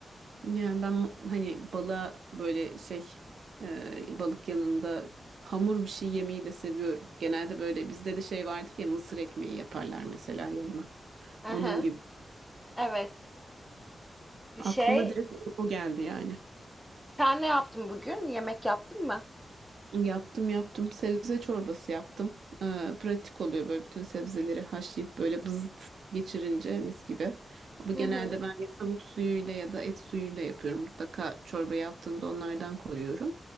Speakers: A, on the right; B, in the centre.
A: Yani ben ma- hani balığa böyle şey e, balık yanında hamur bir şey yemeyi de seviyorum. Genelde böyle bizde de şey vardır ya mısır ekmeği yaparlar mesela yanına.
B: Aha.
A: Onun gibi.
B: Evet.
A: Aklıma
B: Şey,
A: direkt o geldi yani.
B: sen ne yaptın bugün? Yemek yaptın mı?
A: Yaptım yaptım. Sebze çorbası yaptım. Ee, pratik oluyor böyle bütün sebzeleri haşlayıp böyle bızıt geçirince mis gibi. Ama
B: Hı
A: genelde
B: hı.
A: ben ya tavuk suyuyla ya da et suyuyla yapıyorum. Mutlaka çorba yaptığımda onlardan koyuyorum.